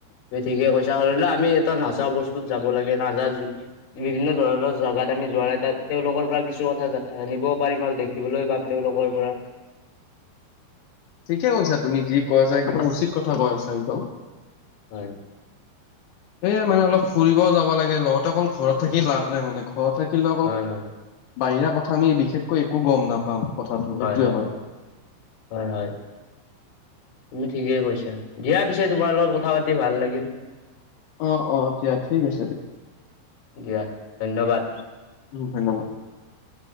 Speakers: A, on the left (about 55°); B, on the left (about 75°).
A: তুমি ঠিকে কৈছা হৰিলে আমি এটা নাজা বস্তুত যাব লাগে নাজা বিভিন্ন ধৰণৰ জাগাত আমি যোৱা নাই তাত তেওঁলোকৰ পৰা কিছু কথা জানিবও পাৰিম আৰু দেখি- দেখিবলৈ পাম তেওঁলোকৰ পৰা।
B: ঠিকে কৈছা তুমি যি কৈ আছা একদম উচিত কথা কৈ আছা একদম।
A: হয়
B: সেয়াই মানে অলপ ফুৰিবও যাব লাগে লগতে অকল ঘৰত থাকি লাভ নাই মানে ঘৰত থাকিলে অকল
A: হয় হয়
B: বাহিৰা কথা আমি বিশেষকৈ একো গম নাপাম। কথাটো সেইটোয়ে
A: হয় হয় হয় হয়। তুমি ঠিকেই কৰিছা দিয়াৰ পিছে তোমাৰ লগত কথা পাতি ভাল লাগিল।
B: অ অ দিয়া ঠিক আছে দিয়া
A: দিয়া ধন্যবাদ
B: উম ধন্যবাদ।